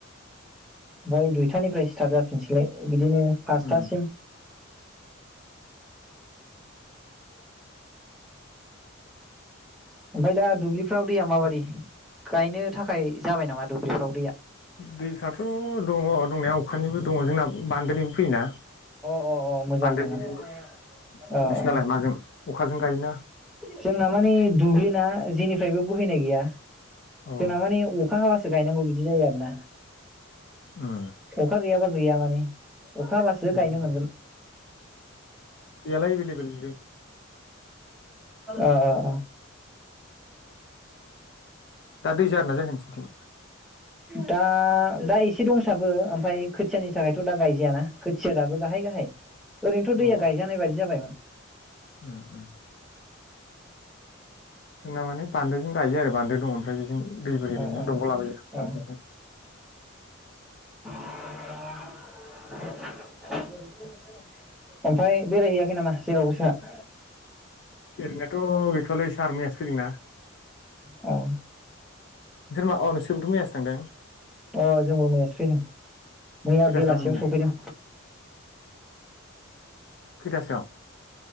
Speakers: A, in the centre; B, on the left (about 50°).
A: ओमफ्राय दुइथानिफ्राय सिटार्ट जाफिनसैलाय। बिदिनो फासथासिम।
B: उम
A: ओमफाय दा दुब्लिफ्राव दैैया माबादि? गायनो थाखाय जाबाय नामा दुब्लिफ्राव दैया?
B: दैफ्राथ' दङ दंनाया अखानिबो दङ जोंना बान्दोनिबो फैयोना।
A: अ अ अ मोजां
B: बान्दोनिजोंबो
A: मोजां औ औ
B: नोंसिनालाय माजों अखाजों गायोना?
A: जोंना माने दुब्लिना जेनिफ्रायबो बोहैनाय गैया।
B: अ
A: जोंना माने अखा हाबासो गायनांगौ बिदि जायो आरोना।
B: उम
A: अखा गैयाबा गैया माने अखा हाबासो
B: उम
A: गायनो मोनगोन।
B: दैयालाय एबोल एबेल
A: अ अ
B: दा दै जादोंना जायाखै नोंसिनिथिं
A: दा दा एसे दंसाबो ओमफाय खोथियानि थाखायथ' दा गायजायाना खोथिया दाबो गाहाय गाहाय ओरैनोथ'
B: अ
A: दैया गायजानाय बायदि जाबायमोन
B: उम उम जोंना माने बान्दोजों गायो आरो बान्दो दङ ओमफ्राय बेजों दै बोहैदों
A: औ
B: ना
A: औ
B: दंग' लाबोयो
A: औ <inaudible> ओमफ्राय बेरायहैयाखै नामा जेरावबो सारा
B: ओरैनाथ' गैथ'वालै सार मैयासो फैदोंना
A: औ
B: नोंसोर मा अ नोंसोरबोथ' मैयासो थांदों
A: अ जोंबो मैयासो फैदों मैया
B: खैथासोआव
A: बेलासियाव
B: मोनहैनाय
A: सफैदों
B: खैथासोआव